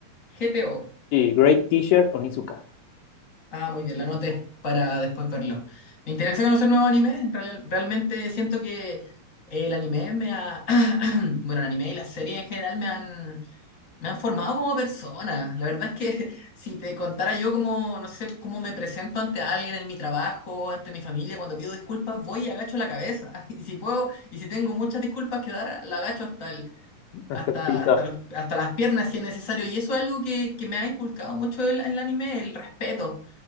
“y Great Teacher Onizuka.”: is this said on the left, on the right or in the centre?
Left